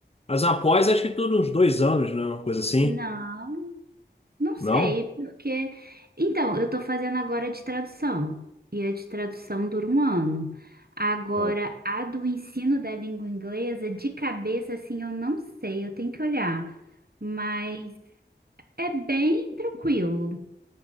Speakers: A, on the left; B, on the right.
A: Mas após, acho que tudo uns dois anos, né? Uma coisa assim.
B: Não, não sei,
A: Não?
B: porque. Então, eu tô fazendo agora de tradução, e a de tradução dura um ano. Agora,
A: Não.
B: a do ensino da língua inglesa, de cabeça, assim, eu não sei, eu tenho que olhar. Mas é bem tranquilo.